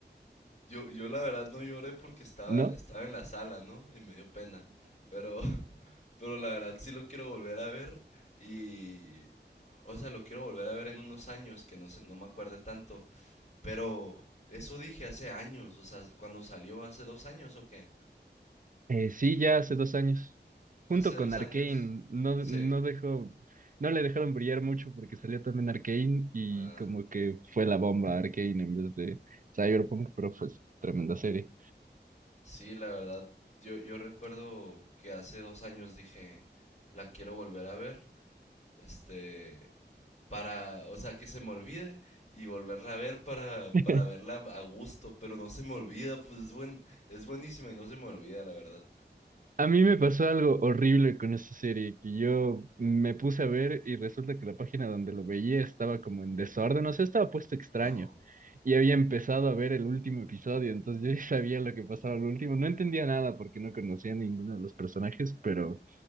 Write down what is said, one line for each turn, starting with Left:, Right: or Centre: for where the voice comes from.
Left: yo, yo la verdad no lloré porque estaba,
Right: ¿no?
Left: estaba en la sala, ¿no? Y me dio pena. Pero, <laughs> pero la verdad sí lo quiero volver a ver. Y, O sea, lo quiero volver a ver en unos años, que no sé, no me acuerde tanto. Pero eso dije hace años, o sea, cuando salió hace dos años o qué.
Right: Eh, sí, ya hace dos años.
Left: Hace
Right: Junto
Left: dos
Right: con Arcane,
Left: años,
Right: no,
Left: sí.
Right: no dejó, no le dejaron brillar mucho porque salió también Arcane y
Left: Ah,
Right: como que fue la bomba Arcane en vez de Cyberpunk, pero fue tremenda serie.
Left: sí, la verdad, yo, yo recuerdo que hace dos años dije, la quiero volver a ver, este, para, o sea, que se me olvide y volverla a ver para,
Right: <laughs>
Left: para verla a gusto, pero no se me olvida, pues es buen, es buenísima y no se me olvida, la verdad.
Right: A mí me pasó algo horrible con esta serie, que yo me puse a ver y resulta que la página donde lo veía estaba como en desorden, o sea, estaba puesto extraño
Left: No.
Right: y había empezado a ver el último episodio, entonces yo ya sabía lo que pasaba al último, no entendía nada porque no conocía a ninguno de los personajes, pero